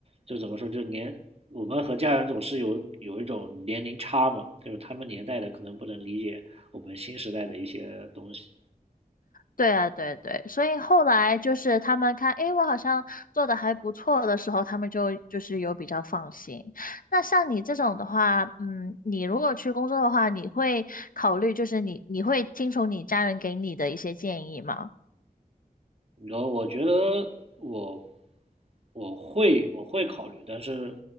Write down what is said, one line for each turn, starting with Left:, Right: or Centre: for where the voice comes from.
Right: 就怎么说，就年我们和家人总是有有一种年龄差嘛，就是他们年代的可能不能理解我们新时代的一些东西。
Left: 对啊，对对，所以后来就是他们看，诶，我好像做的还不错的时候，他们就就是有比较放心。那像你这种的话，嗯，你如果去工作的话，你会考虑就是你你会听从你家人给你的一些建议吗？
Right: 然后我觉得我我会我会考虑，但是